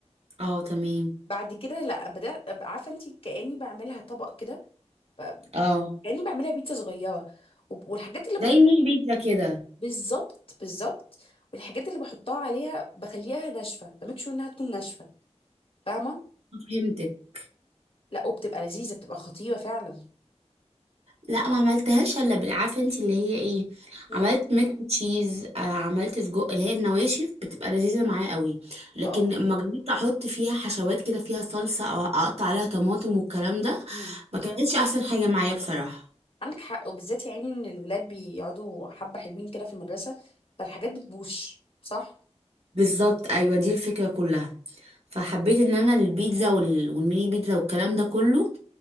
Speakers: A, on the right; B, on the left.
A: اه تمام
B: بعد كده لا بدات أبقى عارفه انت كاني بعملها طبق كده ب-
A: اه
B: كاني بعملها بيتزا صغيره وب- والحاجات اللي
A: زي
B: بحطها
A: ميني بيتزا كده
B: بالظبط بالظبط والحاجات اللي بحطها عليها بخليها ناشفه بميك شور انها تكون ناشفه فاهمه
A: فهمتك
B: لا وبتبقى لذيذه بتبقى خطيره فعلا
A: لا ما عملتهاش الا بال- عارفه انت اللي هي ايه
B: مم.
A: عملت ميك تشيز آه، عملت سجق اللي هي النواشف بتبقى لذيذه معايا قوي لكن
B: اه
A: اما جربت احط فيها حشوات كده فيها صلصه او اقطع عليها طماطم والكلام ده
B: امم
A: ما كانتش احسن حاجه معايا بصراحه
B: عندك حق وبالذات يا عيني ان الولاد بيقعدوا حبه حلوين كده في المدرسه فالحاجات بتبوش صح
A: بالظبط ايوه دي الفكرة كلها فحبيت ان انا البيتزا وال- والميني بيتزا والكلام ده كله